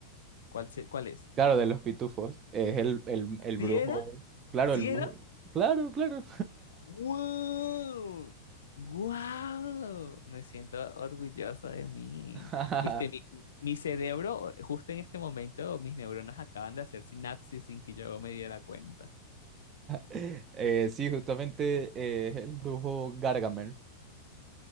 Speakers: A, on the left (about 85°); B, on the right (about 30°).
A: cuál, se- cuál es.
B: Claro, de los pitufos. Es el, el, el
A: ¿Sí
B: brujo.
A: era?
B: Claro,
A: ¿Sí
B: el brujo.
A: era?
B: Claro, claro.
A: ¡Wow! ¡Wow! Me siento orgulloso de mí.
B: <laughs>
A: Viste, mi, mi cerebro, justo en este momento, mis neuronas acaban de hacer sinapsis sin que yo me diera cuenta.
B: Eh, sí, justamente eh, es el brujo Gargamel.